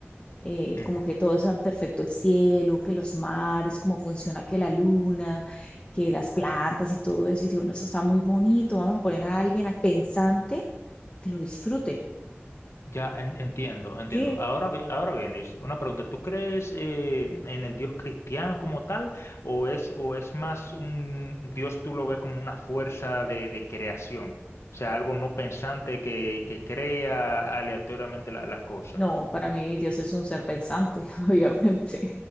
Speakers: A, on the left (about 25°); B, on the left (about 80°).
A: eh,
B: ujú.
A: como que todo es tan perfecto, el cielo, que los mares, cómo funciona que la luna, que las plantas y todo eso. Y yo, bueno, eso está muy bonito, vamos a poner a alguien a- pensante que lo disfrute.
B: Ya en- entiendo, entiendo.
A: Sí,
B: Ahora, bi- ahora bien, Luis, una pregunta. ¿Tú crees eh, en el Dios cristiano como tal o es, o es más un Dios tú lo ves como una fuerza de, de creación? O sea, algo no pensante que, que crea aleatoriamente la- las cosas.
A: no, para mí Dios es un ser pensante, <laughs> obviamente.